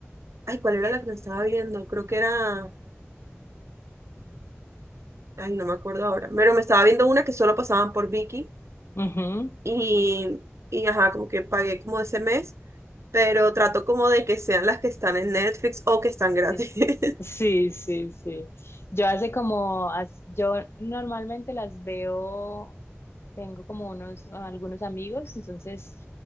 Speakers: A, on the right; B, on the left.
A: Ay, ¿cuál era la que me estaba viendo? Creo que era. Ay, no me acuerdo ahora. Pero me estaba viendo una que solo pasaban por Vicky.
B: Ujú,
A: Y, y ajá, como que pagué como ese mes. Pero trato como de que sean las que están en Netflix o que están gratis.
B: Sí,
A: <laughs>
B: sí, sí, sí. Yo hace como, as- yo normalmente las veo, tengo como unos, algunos amigos, entonces